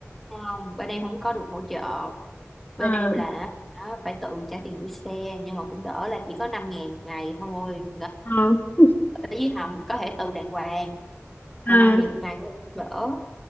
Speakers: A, in the centre; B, on the left.
A: không, bên em không có được hỗ trợ. Bên
B: à,
A: em là á, phải tự trả tiền gửi xe nhưng mà cũng đỡ là chỉ có 5 ngàn một ngày thôi.
B: à, <laughs>
A: với hầm có thể từ đàng hoàng
B: à,
A: thôi năm ngàn một ngày thôi đỡ